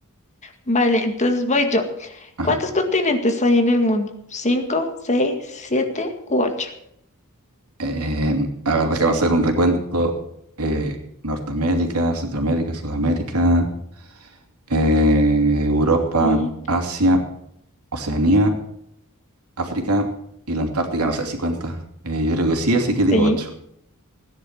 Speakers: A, on the left; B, on the right.
A: Vale, entonces voy yo.
B: <laughs>
A: ¿Cuántos continentes hay en el mundo? ¿Cinco, seis, siete u ocho?
B: Eh, a ver, déjame hacer un recuento. Eh, Norteamérica, Centroamérica, Sudamérica, eh, Europa,
A: Eh,
B: Asia, Oceanía, África y la Antártica. No sé si cuenta. Eh, yo creo que sí, así que digo
A: sí.
B: ocho.